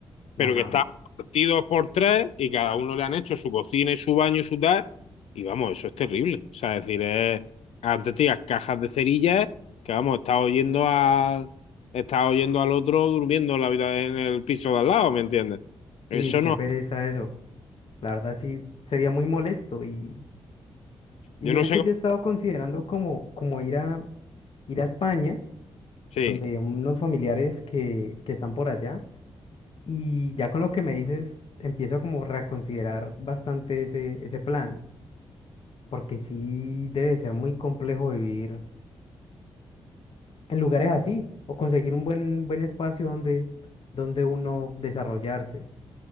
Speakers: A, on the left (about 65°); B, on the left (about 55°).
A: pero
B: ajá.
A: que están partidos por tres y cada uno le han hecho su cocina y su baño y su tal. Y vamos, eso es terrible. O sea, es decir, es, antes tenías cajas de cerillas que vamos, estás oyendo a, estás oyendo al otro durmiendo en la vida en el piso de al lado, ¿me entiendes? Eso
B: Sí, qué
A: no,
B: pereza eso. La verdad sí sería muy molesto. Y, y
A: yo
B: mira
A: no sé
B: que
A: cómo.
B: yo he estado considerando como, como ir a, ir a España,
A: Sí,
B: donde unos familiares que, que están por allá. Y ya con lo que me dices, empiezo como a reconsiderar bastante ese, ese plan, porque sí debe ser muy complejo vivir en lugares así o conseguir un buen, buen espacio donde, donde uno desarrollarse.